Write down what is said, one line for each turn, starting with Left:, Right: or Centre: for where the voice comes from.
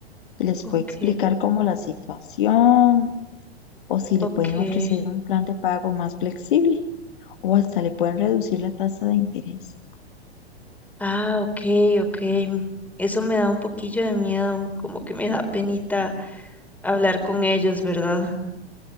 Left: Les
Centre: ok,
Left: puede explicar cómo la situación o si le
Centre: ok.
Left: pueden ofrecer un plan de pago más flexible o hasta le pueden reducir la tasa de interés.
Centre: Ah, ok, ok. Eso me da un poquillo de miedo, como que me da penita hablar con ellos, ¿verdad?